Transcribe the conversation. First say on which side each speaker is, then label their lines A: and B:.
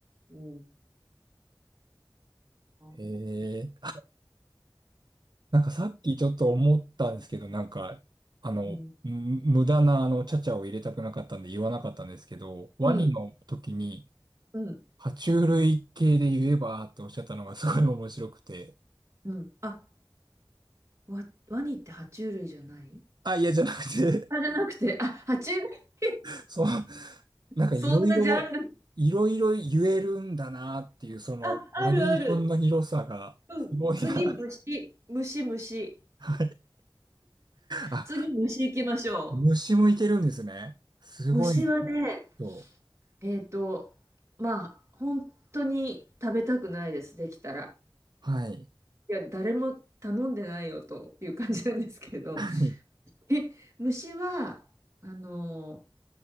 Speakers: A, on the right; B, on the right.
A: うん。う
B: へえ。なんかさっきちょっと思ったんですけど、なんか、あの、
A: ん。
B: む無駄なあの、ちゃちゃを入れたくなかったんで言わなかったんですけど、ワニの時に、
A: うん。うん。
B: 爬虫類系で言えばっておっしゃったのがすごい面白くて。
A: うん。あ、ワワニって爬虫類じゃない
B: あ、いや、じゃなくて、
A: あ、じゃなくて、あ、爬虫類 <laughs>
B: <laughs> そうなんかいろいろ、
A: そんなジャンル。
B: いろいろ言えるんだなっていう、その、
A: あ、あるある。
B: バリエーションの広さが、
A: うん。
B: すごいな。
A: 次、虫。虫、虫。
B: はい。あ、
A: 次、虫行きましょ
B: 虫もいけるんですね。すごいな、
A: う。虫はね、
B: 今日。
A: えっと、まあ、本当に食べたくないです、できたら。
B: はい。
A: いや、誰も頼んでないよという感じなんですけど。
B: はい。
A: え、虫は、あの、